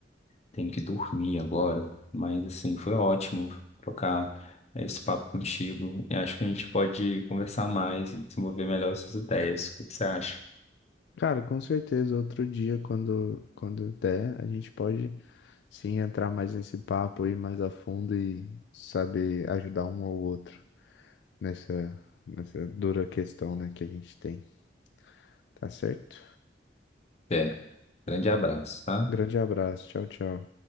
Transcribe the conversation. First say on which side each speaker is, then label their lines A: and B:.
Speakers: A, on the left; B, on the left.
A: Tenho que dormir agora, mas assim, foi ótimo trocar esse papo contigo. E acho que a gente pode conversar mais e desenvolver melhor essas ideias. O que que você acha?
B: Cara, com certeza, outro dia, quando, quando der, a gente pode sim entrar mais nesse papo, ir mais a fundo e saber ajudar um ao outro nessa, nessa dura questão, né, que a gente tem. Tá certo?
A: É. Grande abraço, tá?
B: Grande abraço. Tchau, tchau.